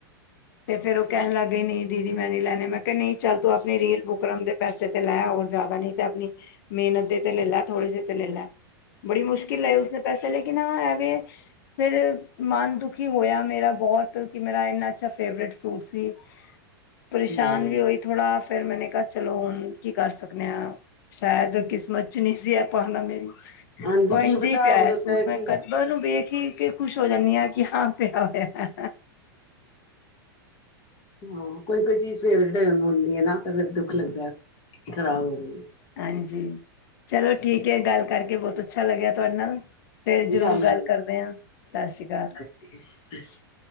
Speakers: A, on the left; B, on the left.
A: ਤੇ ਫੇਰ ਉ ਕੈਨ ਲੱਗ ਗਈ ਨਈ ਦੀਦੀ ਮੈਂ ਨੀ ਲੈਨੇ ਮੈਂ ਕਿਆ ਨਈ ਚੱਲ ਤੂੰ ਆਪਨੀ ਰੀਲ ਬੁੱਕਰਮ ਦੇ ਪੈਸੇ ਤੇ ਲੈ ਹੋਰ ਜਾਦਾ ਨਈ ਤੇ ਆਪਨੀ ਮੇਨਤ ਦੇ ਤੇ ਲੈ ਲੈ ਥੋੜੇ ਜੇ ਤੇ ਲੈ ਲੈ। ਬੜੀ ਮੁਸ਼ਕਿਲ ਲਏ ਉਸਨੇ ਪੈਸੇ ਲੇਕਿਨ ਹਾਂ ਆਵੇ ਫੇਰ ਮਨ ਦੁਖੀ ਹੋਇਆ ਮੇਰਾ ਬਹੁਤ ਕਿ ਮੇਰਾ ਇੰਨਾ ਅੱਛਾ ਫੇਵਰੇਟ ਸੂਟ ਸੀ।
B: <inaudible>
A: ਪਰੇਸ਼ਾਨ
B: ਹਮ
A: ਵੀ ਹੋਈ ਥੋੜ੍ਹਾ ਫੇਰ ਮੈਨੇ ਕਿਆ ਚਲੋ ਹੁਨ ਕੀ ਕਰ ਸਕਦੇ ਆਂ। ਸ਼ਾਇਦ ਕਿਸਮਤ ਚ ਨੀ ਸੀ ਐ ਪਾਨਾ ਮੇਰੀ
B: ਹਾਂਜੀ ਕੀ
A: ਇੰਝੇ
B: ਪਤਾ
A: ਈ ਪਿਆਇਆ
B: ਹੋ ਸਕਦਾ
A: ਸੂਟ
B: ਹੈ ਕਿ
A: ਮੈਂ ਕਦੇ ਮੈਂ ੳਨੂੰ ਵੇਖ ਕੇ ਖੁਸ਼ ਹੋ ਜਾਨੀ ਆ ਕਿ ਹਾਂ ਪੇਆ ਹੋਏਆ।
B: ਹਾਂ ਕੋਈ ਕੋਈ ਚੀਜ਼ ਫੇਵਰੇਟ ਹੋ ਹੁੰਦੀ ਐ ਨਾ। ਤੇ ਫੇਰ ਦੁੱਖ ਲੱਗਦਾ ਖ਼ਰਾਬ ਹੋ ਗਈ ਏ।
A: ਹਂਜੀ, ਚਲੋ ਠੀਕ ਏ। ਗੱਲ ਕਰਕੇ ਬੋਤ ਅੱਛਾ ਲਗੇਆ ਤੁਆਡੇ ਨਾਲ, ਫੇਰ
B: ਹੈ
A: ਜ਼ਰੂਰ
B: ਸਾਨੂੰ
A: ਗੱਲ ਕਰਦੇ ਆਂ, ਸਤਿ ਸ਼੍ਰੀ ਅਕਾਲ।
B: <inaudible>